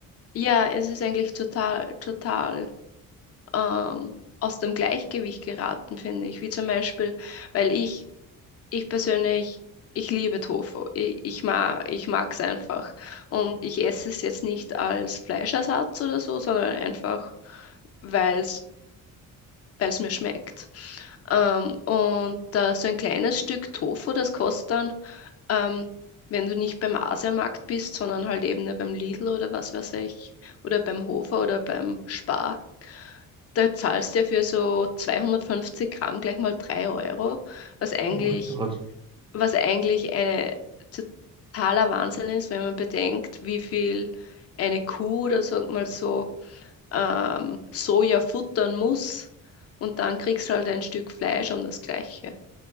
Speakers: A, on the left; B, on the right.
A: ja, es ist eigentlich total, total ähm, aus dem Gleichgewicht geraten, finde ich. Wie zum Beispiel, weil ich Ich persönlich, ich liebe Tofu. Ich, ich mag, ich mag es einfach. Und ich esse es jetzt nicht als Fleischersatz oder so, sondern einfach, weil es, weil es mir schmeckt. Ähm, und da so ein kleines Stück Tofu, das kostet dann, ähm, wenn du nicht beim Asiamarkt bist, sondern halt eben nur beim Lidl oder was weiß ich, oder beim Hofer oder beim Spar, da zahlst du ja für so 250 Gramm gleich mal 3 Euro, was eigentlich
B: Oh mein Gott.
A: was eigentlich eine totaler Wahnsinn ist, wenn man bedenkt, wie viel eine Kuh oder sag mal so ähm, Soja futtern muss und dann kriegst du halt ein Stück Fleisch um das Gleiche.